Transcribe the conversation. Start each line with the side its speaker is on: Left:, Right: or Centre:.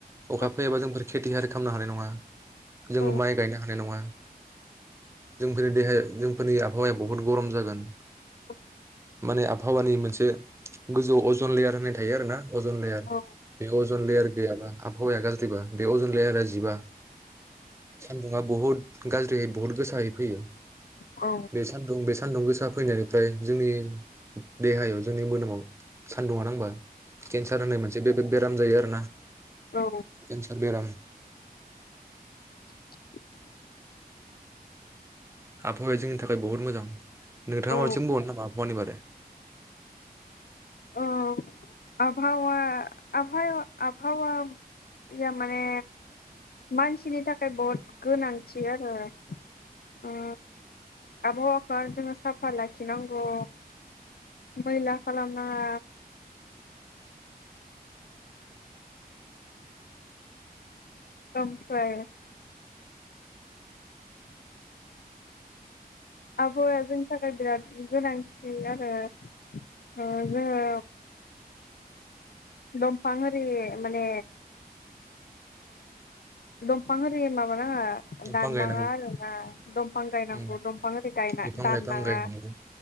Right: अखा
Left: औ
Right: फैयाबा जों बोरै खेथियारि खालामनो हानाय नङा जोङो
Left: औ
Right: माइ गायनो हानाय नङा जोंफोरनि देहाया जोंफोरनि आबहावाया बहुद गरम जागोन
Left: औ
Right: माने आबहावानि मोनसे गोजौ अजन लेयार होननाय थायो आरो ना अजन लेयार
Left: औ
Right: बे अजन लेयार गैयाबा आबहावाया गाज्रिबा बे अजन लेयारा जिबा सान्दुङा बहुद गाज्रियै बहुत गोसायै फैयो
Left: औ
Right: बे सानदुं बे सान्दुं गोसा फैनानै ओमफ्राय जोंनि देहायाव जोंनि मोदोमाव सानदुंआ नांबा केन्सार होननाय मोनसे गेदेर बेराम जायो आरो ना
Left: औ
Right: केन्सार बेराम <inaudible>
Left: <inaudible>
Right: आबहावाया जोंनि थाखाय बहुत मोजां नोंथाङा
Left: औ
Right: मासिम बुंबावनो नामा आबहावानि बारै
Left: अ आबहावा आबहावा आबहावा बियो माने मानसिनि थाखाय बहुद गोनांथि आरो ओ आबहावाखौ जोंङो साफा लाखिनांगौ मैला खालामनाङा ओमफ्राय आबहावाया जोंनि थाखाय बिराद गोनांथिन आरो जोंङो दंफां आहोरि माने दंफां आहोरि माबानांङा
Right: दंफां
Left: दाननाङा
Right: गायनांगौ
Left: आरोना दंफां गायनांगौ
Right: उम
Left: दंफां आरि गायना
Right: बिफां
Left: दाननाङा
Right: लाइफां गायनांगौ